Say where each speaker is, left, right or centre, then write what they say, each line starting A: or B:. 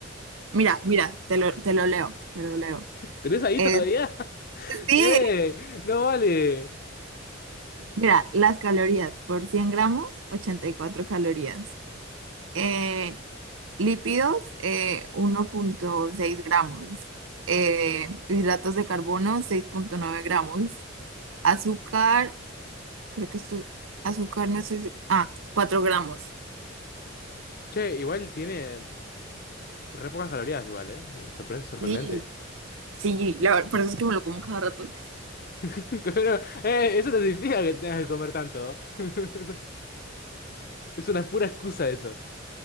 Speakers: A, on the right; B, on the left.
A: Mira, mira, te lo, te lo leo, te lo leo.
B: ¿Tenés ahí
A: Es,
B: todavía? <laughs>
A: sí,
B: ¡Eh! ¡No vale!
A: mira, las calorías por 100 gramos, 84 calorías. Eh, Lípidos, eh, 1.6 gramos. Eh, hidratos de carbono, 6.9 gramos. Azúcar, creo que esto, azúcar no sé, si- ah, 4 gramos.
B: Che, igual tiene re pocas calorías, igual, ¿eh? Sorpre- sorprendente.
A: Sí, sí, la verdad, por eso es que me lo como cada rato.
B: <laughs> Pero, eh, eso no significa que tengas que comer tanto. <laughs> No sé. Es una pura excusa eso.